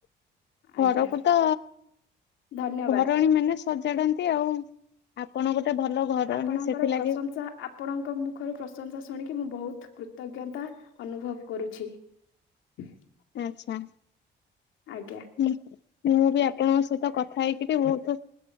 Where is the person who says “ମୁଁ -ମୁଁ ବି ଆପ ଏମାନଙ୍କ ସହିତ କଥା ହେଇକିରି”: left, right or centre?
Left